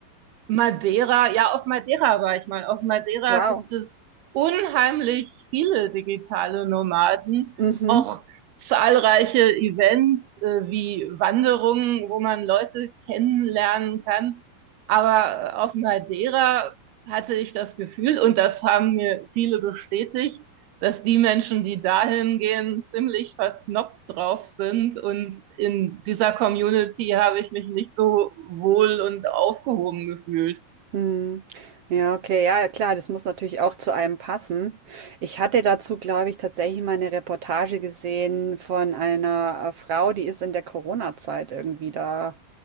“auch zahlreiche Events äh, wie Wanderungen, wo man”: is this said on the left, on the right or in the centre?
Right